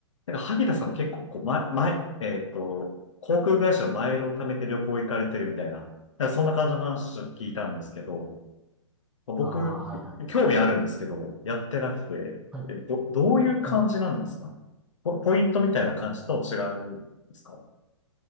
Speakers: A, on the left (about 70°); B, in the centre.
A: なんか、萩田さん結構、こう、前、前、えっと、航空会社のマイルを貯めて旅行行かれてるみたいな、なんかそんな感じの話を聞いたんですけど、僕、
B: ああ、はいはい。
A: 興味あるんですけど、やってなくて、
B: はい。
A: え、ど、どういう感じなんですかポ、
B: ほ
A: ポイントみたいな感じと違うんですか